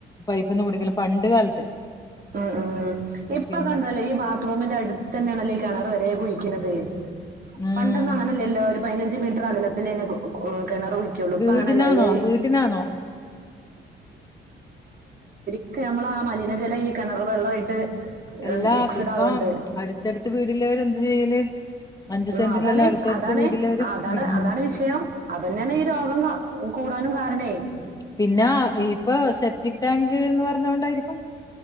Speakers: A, on the left; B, on the right.
A: പൈപ്പ് ഒന്നും കുടിക്കല് പണ്ട് കാലത്ത്
B: അ ആ ഇപ്പൊ
A: പിന്നെ
B: കണ്ടല്ലോ ഈ ബാത്റൂമിന്റെ അടുത്ത് തന്നെയാണല്ലേ കട വര കുഴിക്കണന്നത്
A: ഉം
B: പണ്ടൊ ന്ന് അങ്ങനല്ലല്ലോഒരു പതിനഞ്ച് മീറ്റർ അകലത്തിലല്ലേ കിണറുകുഴിക്കുള്ളൂ ഇപ്പൊ
A: വീടിനാന്നോ
B: അങ്ങനെല്ലഎ
A: വീട്ടിനാന്നോ
B: ഒക്കെ ആ നമ്മള ആ മലിനജലം ഈ കിണർ വെള്ളമായിട്ട്
A: എല്ലാ
B: മിക്സഡ്
A: ഇപ്പം
B: ആകുന്നുണ്ട്
A: അടുത്തടുത്ത് വീടള്ളവര് എന്ത് ചെയ്യല് അഞ്ച് സെന്റിലെല്ലാം
B: ആ അതാണ്
A: അടുത്തടുത്ത്
B: അതാണ്
A: വീടില്ലവര്
B: അതാണ്
A: ഉം ഉം
B: അതാണ് വിഷയം അവര്ന്നെയാണ് ഈ രോഗം കൂ കാനും കാരണേ
A: പിന്നെ ഇപ്പൊ സെപ്റ്റിക് ടാങ്ക് എന്ന് പറ പറഞ്ഞൊണ്ടരിക്കും